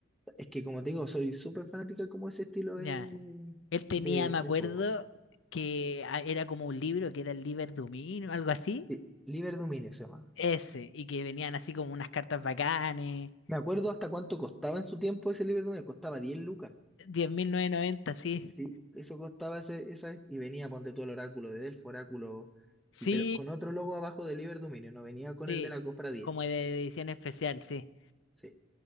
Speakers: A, in the centre; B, on the left.
A: Es que como te digo, soy súper fanática como ese estilo
B: Ya.
A: de,
B: Él tenía,
A: de,
B: me
A: de
B: acuerdo,
A: juego.
B: que a- era como un libro, que era el Liber Dumino, algo así.
A: Sí, Liber Dominio se llama.
B: Ese, y que venían así como unas cartas bacanes.
A: Me acuerdo hasta cuánto costaba en su tiempo ese Liber Dominio. Costaba 10 lucas.
B: diez mil novecientos noventa, sí.
A: Sí, eso costaba ese, esa, y venía, ponte tú el oráculo de Delfo, oráculo, y
B: Sí,
A: pero con otro logo abajo de Liber Dominio, no venía con
B: sí.
A: el de la cofradía.
B: Como de edición especial, sí.
A: Sí.